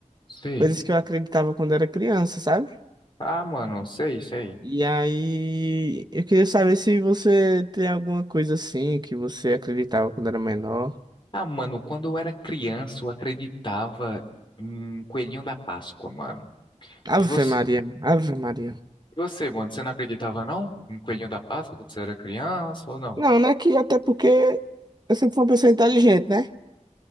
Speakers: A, on the left; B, on the right.
A: sei.
B: coisas que eu acreditava quando era criança, sabe?
A: Ah, mano, sei, sei.
B: E aí, eu queria saber se você tem alguma coisa assim que você acreditava quando era menor.
A: Ah, mano, quando eu era criança, eu acreditava em Coelhinho da Páscoa, mano.
B: Ave
A: E você,
B: Maria, Ave Maria.
A: e você, mano, você não acreditava, não? Em Coelhinho da Páscoa quando você era criança ou não?
B: Não, né? Que até porque eu sempre fui uma pessoa inteligente, né?